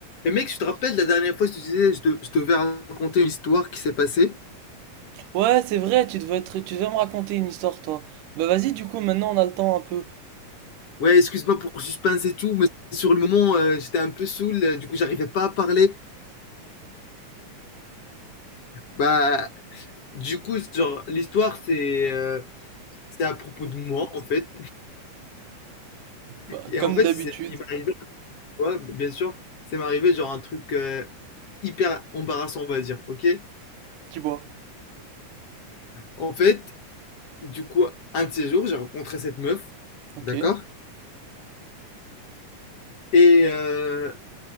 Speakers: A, on the left; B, on the right.
A: Mais mec, je te rappelle la dernière fois, je te disais, je, de- je devais raconter une histoire qui s'est passée.
B: Ouais, c'est vrai, tu devais être, tu devais me raconter une histoire, toi. Bah vas-y, du coup, maintenant on a le temps un peu.
A: Ouais, excuse-moi pour le suspense et tout, mais sur le moment, euh, j'étais un peu saoul, euh, du coup, j'arrivais pas à parler. Bah, du coup, genre, l'histoire, c'est euh, c'est à propos de moi, en fait.
B: Bah,
A: Et
B: comme
A: en fait,
B: d'habitude,
A: il s'est- il m'est arrivé, ouais, bien sûr, c'est m'arrivé, genre, un truc euh, hyper embarrassant, on va dire, ok?
B: tu vois.
A: En fait, du coup, un de ces jours, j'ai rencontré cette meuf,
B: Ok.
A: d'accord? Et, euh,